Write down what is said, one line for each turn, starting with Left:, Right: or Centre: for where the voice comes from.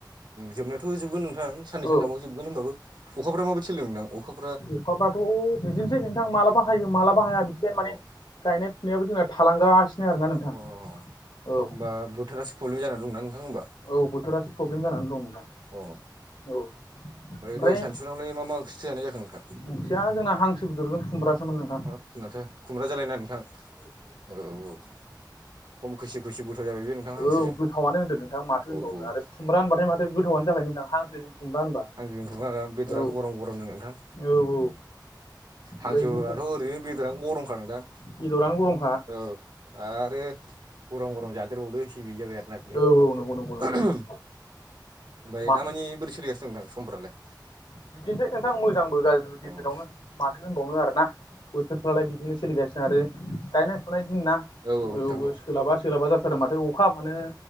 Right: जोबनायाथ' जोबगोन नोंथां साननै
Left: औ
Right: सानथामाव जोबगोन होनबाबो अखाफोरा माबायदि सोलोंदों नोंथां अखा
Left: अखाफ्राथ' बिदिनोसै नोंथां मालाबा हायो मालाबा हाया बिदिखायनो
Right: अ
Left: माने गायनाय फुनायाबो जोंना थालांगासिनो आरोना नोंथां
Right: अ होमबा
Left: औ
Right: बोथोरासो प्रब्लेम जाना दंना नोंथां होमबाना
Left: औ बोथोरासो प्रब्लेम जानानै दं नोंथां
Right: अ
Left: औ ओ ओमफ्राय
Right: दहाय सानसुनावलाय मा मा ओंख्रिथो जानाय जाखो नोंथां
Left: ओंख्रिया जोंना हांसो बेदरजों खुमब्रासोमोन नोंथां
Right: हाब माथो खुमब्रा जालायना नोंथां औ औ खम खैसि खुसि गोथाव जाबाय बे नोंथां हांसोजों
Left: औ गोथावआनो होनदो नोंथां माथो होनबावनो
Right: औ औ
Left: आरो खुमब्रा होनबाथाय माथो गोथावानो जाखोन नोंथां हांसो जों खुमब्रा होनबा?
Right: हांसो <unintelligible> बेदरा
Left: औ
Right: गरम गरम ना नोंथां
Left: औ औ। बेबायदिनोसै
Right: हांसोथ' ओरैनो बेदरानो गरमखा नोंथां।
Left: बेदरानो गरमोन
Right: औ आरो गरम गरम जादेरबावदो। गिबि जाबाय आरो ना बिया
Left: औ नंगौ नंगौ नंगौ
Right: ओमफ्राय
Left: मा
Right: दामानानि बोरै सोलिगासिनो दं नोंथां समफोरालाया
Left: बिदिनोसै नोंथां मोजांबो गाज्रिबो गेजेरावनो
Right: औ औ
Left: माथो होनबावनो आरो ना बोथोरफ्रालाय बिदिनो सोलिगासिनो दं। आरो
Right: औ
Left: गायनाय फुनाय दिन ना
Right: औ औ नोंथां औ
Left: सोलाबा सोलाबा जाथारो माथो अखा हाबानो